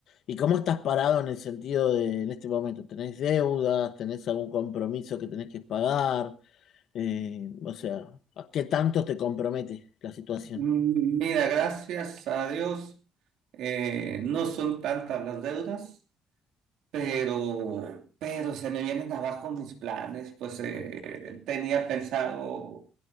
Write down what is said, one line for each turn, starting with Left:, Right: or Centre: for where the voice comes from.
Left: ¿y cómo estás parado en el sentido de, en este momento, ¿tenés deudas? ¿Tenés algún compromiso que tenés que pagar? Eh, o sea, ¿a qué tanto te compromete la situación?
Right: Mm, Mira, gracias a Dios, eh, no son tantas las deudas. Pero, pero se me vienen abajo mis planes, pues eh, tenía pensado